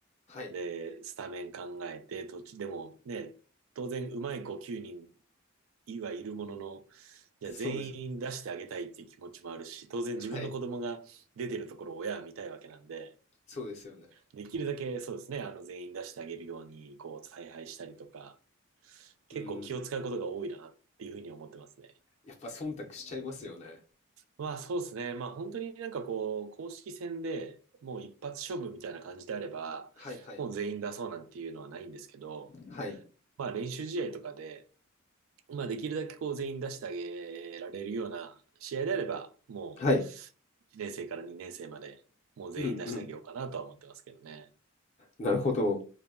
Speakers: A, on the left (about 30°); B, on the right (about 70°).
A: はい、
B: で、スタメン考えて、途中でもね、当然うまい子9人はいるものの、じゃあ全員出してあげたいっていう気持ちもあるし、
A: そうですね。
B: 当然自分の子供が出てるところを親は見たいわけなんで、
A: はい、そうですよね。
B: できるだけそうですね、あの全員出してあげるように、こう、采配したりとか、結構気を使うことが多いなっていうふうに思ってますね。
A: うん、やっぱ忖度しちゃいますよね。
B: まあそうですね。まあ本当になんかこう、公式戦でもう一発勝負みたいな感じであれば、
A: はい、はい、
B: もう全員出そうなんていうのはないんですけど、
A: はい、
B: まあ練習試合とかで、まあできるだけこう全員出してあげられるような試合であれば、もう
A: はい。
B: 1年生から2年生までもう全員出してあげようかなとは思ってますけどね。
A: うん、うん。なるほど。